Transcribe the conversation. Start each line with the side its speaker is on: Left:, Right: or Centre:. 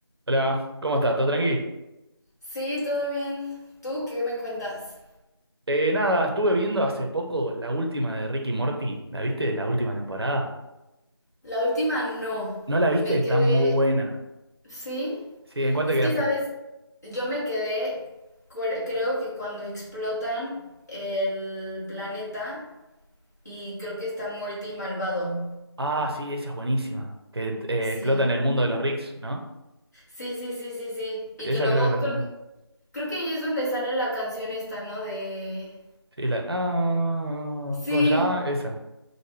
Right: Hola, ¿cómo estás? ¿Todo tranqui?
Left: Sí, todo bien. ¿Tú qué me cuentas?
Right: Eh, nada, estuve viendo hace poco la última de Ricky Morty. ¿La viste? La última temporada.
Left: La última no.
Right: ¿No la viste?
Left: Me
Right: Está
Left: quedé...
Right: muy buena.
Left: Sí.
Right: Sí, ¿en cuál
Left: Es
Right: te quedaste?
Left: que, ¿sabes? Yo me quedé, cuer- creo que cuando explotan el planeta y creo que está Morty malvado.
Right: Ah, sí, esa es buenísima. Que eh,
Left: Sí.
Right: explota en el mundo de los Ricks, ¿no?
Left: Sí, sí, sí, sí, sí. Y
Right: Esa
Left: que luego,
Right: creo que es la anterior.
Left: creo, creo que ahí es donde sale la canción esta, ¿no? De...
Right: Sí, la. Ah,
Left: Sí.
Right: ¿cómo se llama? Esa.